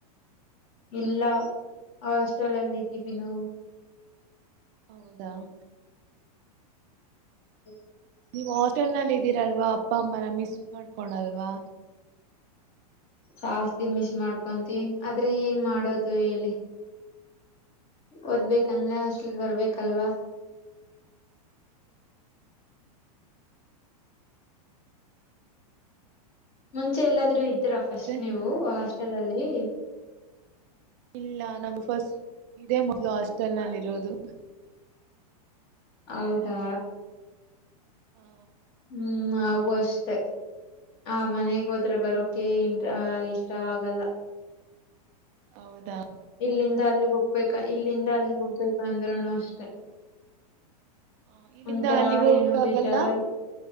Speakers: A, on the left; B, on the right.
A: ಇಲ್ಲ ಆ ಹಾಸ್ಟೆಲ್ ಅಲ್ಲಿ ಇದ್ದೀವಿ ನಾವು
B: ಹೌದಾ <inaudible>
A: ಹ್ಮ
B: ನೀವು್ ಹೋಟೆಲ್ ನಲ್ಲಿ ಇದ್ದೀರಲ್ವಾ ಅಪ್ಪ ಅಮ್ಮನ ಮಿಸ್ ಮಾಡ್ಕೊಣಲ್ವಾ
A: ಜಾಸ್ತಿ ಮಿಸ್ ಮಾಡ್ಕೊಂತೀ ಆದ್ರೆ ಏನ್ ಮಾಡೋದು ಹೇಳಿ ಓದ್ಬೇಕಂದ್ರೆ ಹಸ್ಲಿಗ್ ಬರ್ಬೇಕಲ್ವಾ ಮುಂಚೆ ಎಲ್ಲಾದ್ರೂ ಇದ್ದೀರ ಫಸ್ಟ್
B: ಮತ್ತೆ
A: ನೀವು ಹಾಸ್ಟೆಲ್ ಅಲ್ಲಿ
B: ಇಲ್ಲ ನಮ್ದ ಫಸ್ಟ್ ಇದೇ ಮೊದ್ಲು ಹಾಸ್ಟೆಲ್ ನಲ್ಲಿ ಇರೋದು.
A: ಹೌದಾ.
B: ಹಾ.
A: ಹ್ಮ್ ನವು ಅಷ್ಟೆ. ಆ ಮನೆಗ್ ಹೋದ್ರೆ ಬರೋಕೆ ಇಂಟ್ ಇಷ್ಟ ಆಗಲ್ಲ.
B: ಹೌದು
A: ಇಲ್ಲಿಂದ ಅಲ್ಲಿಗೆ ಹೋಗ್ಬೇಕ ಇಲ್ಲಿಂದ ಅಲ್ಲಿಗೆ ಹೋಗ್ಬೇಕ ಅಂದ್ರನು ಅಷ್ಟೆ.
B: ಹ ಇಲ್ಲಿಂದ
A: ಒಂಥರ
B: ಅಲ್ಲಿಗ್ ಹೋಗಕ್ಕ
A: ಏನೋ ಬೇಜಾರು
B: ಆಗಲ್ಲ